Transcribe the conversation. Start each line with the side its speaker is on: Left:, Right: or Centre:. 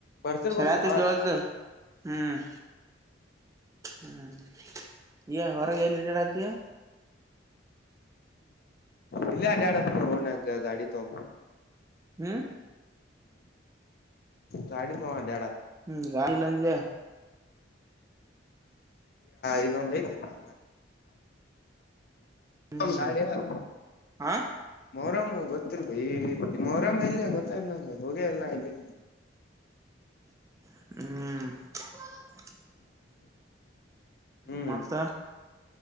Left: ಬರ್ತಿರ್ಬೇಕ್
Right: ಶರಾತ
Left: ಸುಮಾರು
Right: ಕೇಳಲ್ದು ಹ್ಮ್ ಹ್ಮ್ ಈ ಹೊರಗೆ ಎಲ್ಲಿಡಡತಿಯ
Left: ಇಲ್ಲಿ ಅಡಿ ಅಡ ಹೋಣ ಗಾಡಿ ತ
Right: ಹ್ಮ
Left: ಗಾಡಿ ತ ಡ
Right: ಹ್ಮ ಗಾಲ್ಲಂಜೆ
Left: ಇದೊಂದ ಐದಪ್ಪಾ
Right: ಹ್ಮ್
Left: ಸ
Right: ಹ
Left: ಮೊರಾಮ್ ಗೊತ್ತಿಲ್ ಬಯ ಮೊರಾಮ್ ಇಲ್ಲಿಯ ಗೊತ್ತಾ ಇಲ್ ನಂ ಹೋಗೇ ಅಲ್ ನ ಇಲ್ಲಿ
Right: ಹ್ಮ್
Left: ಹ್ಮ್
Right: ಮತ